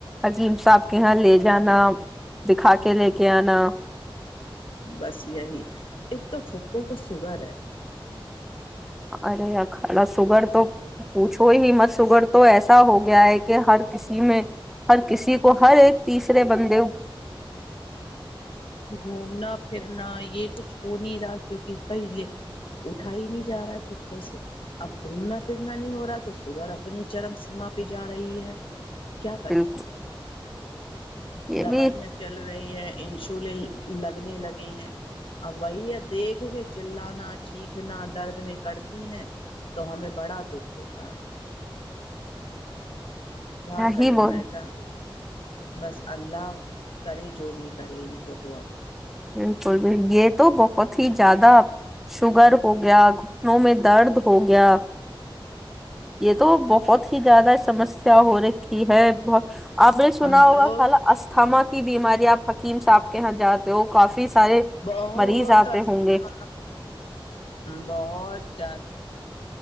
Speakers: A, in the centre; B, on the left.
A: عظیم صاحب کے یہاں لے
B: ہاں
A: جانا دکھا کے لے کے آنا
B: بس یہی ایک تو پھپھوں کو سگرر ہے
A: ارے ا کھا سگر تو پوچھو ہی مت سگڑ تو ایسا ہو گیا ہے کہ ہر کسی میں ہر کسی کو ہر ایک تیسرے بند
B: گھومنا پھرنا یہ کچھ چھو نہیں رہا کیونکہ پہلے اٹھا ہی نہیں جا رہا ہے خوں سے اب گھومنا پھرنا نہیں ہو رہا تو سبگر اپنی چرم سیما پہ جا رہی ہے کیا بنے
A: بالکل یہ
B: دوائیاں
A: بھی
B: چل رہی ہیں انشولن لگنے لگے ہیں ا وہی ہے دیکھ کے چللانا چیخنا درد میں کرتی ہیں تو ہمیں بڑا دکھ ہوتا ہے کیا کرے
A: ہی بول
B: میں کیا بس اللہ کر جو بھی کر ہی ن پتوں ہے
A: <unintelligible> یہ تو بہت ہی زیادہ شوگر ہو گیا گھٹنوں میں درد ہو گیا یہ تو بہت ہی زیادہ سمسیا ہوئی رکھی ہے بہت آپ نے سنا
B: ہم
A: ہوگا
B: تو
A: خال اسھاما کی بیماری آپ حکیم صاحب کے یہاں جاتے ہو کافی سارے
B: بہت
A: مریض آتے ہوں گے
B: ہ بہت جد